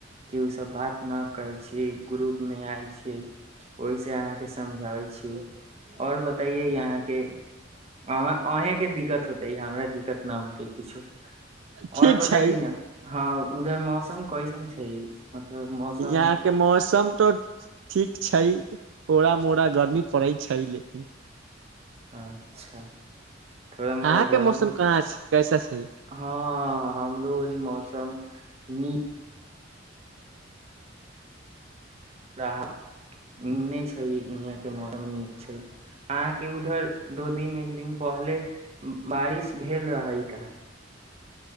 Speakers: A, on the right; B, on the right.
A: कि ओसभ बात इना कहै छी ग्रुप में आयल छी ओहि से अहाँ के समझाबै छी और ब यहाँ के अहें के दिक्कत होते हमरा दिक्कत न होते किछु
B: ठीक
A: आओर बताइए
B: छै
A: न हँ उधर मौसम कइसन प मतलब मौसम
B: यहाँ के मौसम तो ठीक छै थोड़ा मो परा गर्मी पड़ै छै लेकिन
A: अच्छा थोड़ा मोड़ा
B: अहाँके
A: गर्मी
B: मौसम कहाँ छै कैसा छै
A: हँ हमरो ओ मौसम न र नने छै यहाँ के मौसम नीक छै अहाँके उधर दो दिन एक दिन पहले बारिश भेल रहै का